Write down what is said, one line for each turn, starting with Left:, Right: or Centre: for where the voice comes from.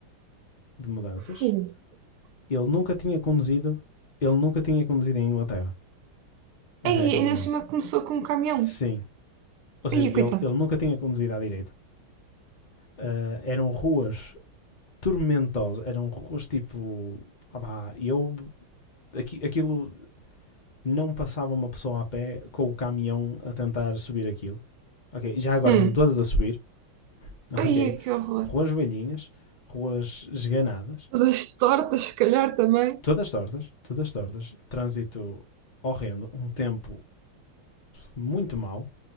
Left: de mudanças.
Right: Fu.
Left: Ele nunca tinha conduzido, ele nunca tinha conduzido em Inglaterra até
Right: Aí, <laughs>
Left: aquele
Right: ainda
Left: momento.
Right: por cima começou com um caminhão.
Left: Sim, ou seja,
Right: Aí,
Left: ele,
Right: coitado.
Left: ele nunca tinha conduzido à direita. Ah, eram ruas tormentosas, eram ruas tipo. Ah, pá, eu. aqui- aquilo não passava uma pessoa a pé com o caminhão a tentar subir aquilo. Ok, já agora
Right: Hum.
Left: eram todas a subir, <laughs>
Right: Aí,
Left: ok?
Right: que horror.
Left: Ruas velhinhas, ruas esganadas,
Right: Todas tortas, se calhar também.
Left: todas tortas, todas tortas, trânsito horrendo, um tempo muito mau,